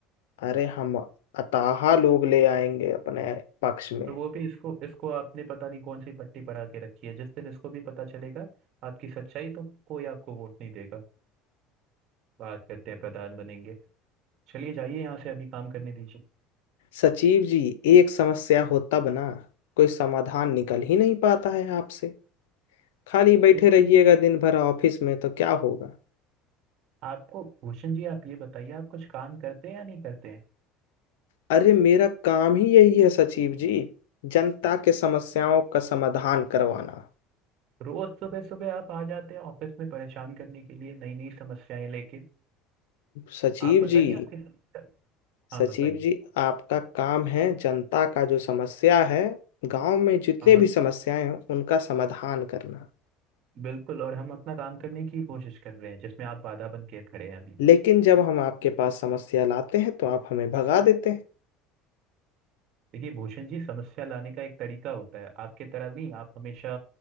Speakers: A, on the left; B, on the right.
A: अरे हम अताहा लोग ले आएंगे अपने पक्ष में
B: और वो भी इसको इसको आपने पता नहीं कौन सी पट्टी पर आके रखी है जिस दिन इसको भी पता चलेगा आपकी सच्चाई तो कोई आपको वोट नहीं देगा बात करते हैं प्रधान बनेंगे चलिए जाइए यहाँ से अभी काम करने दीजिए
A: सचिव जी एक समस्या होता बना कोई समाधान निकल ही नहीं पाता है आपसे खाली बैठे
B: इतनी
A: रहिएगा दिन भर ऑफिस में तो क्या होगा
B: आपको भूषण जी आप ये बताइए आप कुछ काम करते हैं या नहीं करते हैं
A: अरे मेरा काम ही यही है सचिव जी जनता के समस्याओं का समाधान करवाना
B: रोज सुबह सुबह आप आ जाते हैं ऑफिस में परेशान करने के लिए नई नई समस्याएं लेके
A: सचिव
B: आप बताइए
A: जी
B: आपकी समस्या हाँ
A: सचिव
B: बताइए
A: जी आपका काम है जनता का जो समस्या है गांव में जितने
B: हाँ हाँ
A: भी समस्याएं हैं उनका समाधान करना
B: बिल्कुल और हम अपना काम करने की कोशिश कर रहे हैं जिसमें आप बाधा बन के खड़े हैं अभी
A: लेकिन जब हम आपके पास समस्या लाते हैं तो आप हमें भगा देते हैं
B: देखिए भूषण जी समस्या लाने का एक तरीका होता है आपके तरह नहीं आप हमेशा